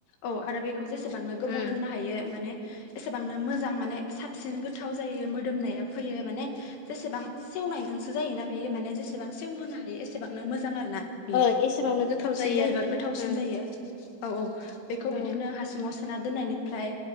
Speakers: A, on the left (about 85°); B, on the left (about 70°).
A: औ आरो बेखौ जेसेबांनो गोबाव
B: उम
A: दोननो हायो माने एसेबांनो मोजां माने साबसिन गोथाव जायो मोदोमनाया फैयो माने जेसेबां सेवनायजोंसो जायोना बेयो माने जेसेबां सेवहोनो हायो एसेबांनो मोजां आरो ना। बेयो
B: ओं एसेबांनो गोथाव
A: साबसिन
B: जायो
A: जायोबा
B: आरोना
A: गोथावसिन
B: उम
A: जायो औ औ बेखौ
B: ओं
A: बिदिनो हासुङाव सोना दोननायनिफ्राय